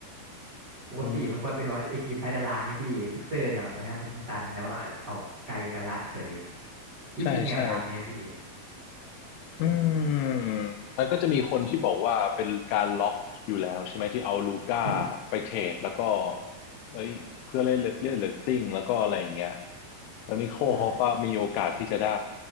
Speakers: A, on the right (about 70°); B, on the left (about 85°).
A: ปกติมันควรเป็นว่าไอทีมใตยตารางไอพี่ซิกเซอร์กับอันนะวอชิงตันแต่ว่าเอากลายเป็นดัลลาสเฉย
B: อืม
A: พี่คิดยังไงกับดาบนี้อะพี่
B: ใช่ใช่ อืมมันก็จะมีคนที่บอกว่าเป็นการล็อกอยู่แล้วใช่ไหมที่เอาลูก้า
A: <coughs>
B: ไปเทรดแล้วก็เอ้ยเพื่อเล่นเล่นเรตติ้งแล้วก็อะไรอย่างเงี้ยแล้วนิโคลเขาก็มีโอกาสที่จะได้
A: ใช่